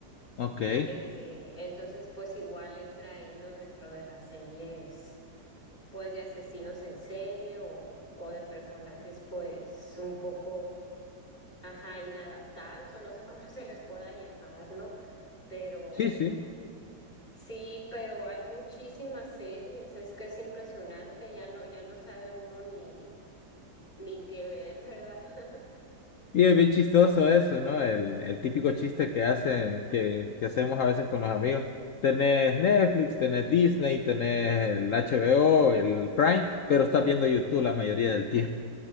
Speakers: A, on the left; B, on the left.
A: Ok. Eh,
B: Eh, entonces, pues igual entra ahí, ¿no? Dentro de las series, pues de asesinos en serie o, o de personajes, pues un poco, ajá, inadaptados, o no sé cómo <laughs> se les pueda llamar, ¿no? Pero...
A: sí, sí.
B: Sí, pero hay muchísimas series, es que es impresionante, ya no, ya no sabe uno ni, ni qué ver, ¿verdad? <laughs>
A: Y es bien chistoso eso, ¿no? El, el típico chiste que hace, que, que hacemos a veces con los amigos. Tenés Netflix, tenés Disney, tenés el HBO, el Prime, pero estás viendo YouTube la mayoría del tiempo.